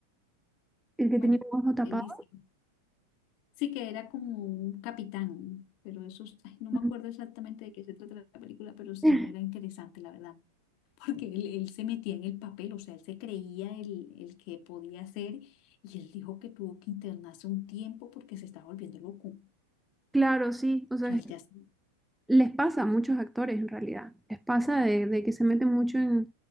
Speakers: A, in the centre; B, on the left.
A: El que
B: Bueno,
A: tenía un ojo tapado.
B: él dice, sí que era como un capitán, pero eso, es- ay, no me
A: Ujú.
B: acuerdo exactamente de qué se trata la película, pero sí
A: <laughs>
B: era interesante, la verdad, <laughs> porque él, él se metía en el papel, o sea, él se creía el, el que podía ser, y él dijo que tuvo que internarse un tiempo porque se estaba volviendo loco. O
A: Claro, sí. O sea,
B: sea, él ya se...
A: les pasa a muchos actores en realidad. Les pasa de, de que se meten mucho en,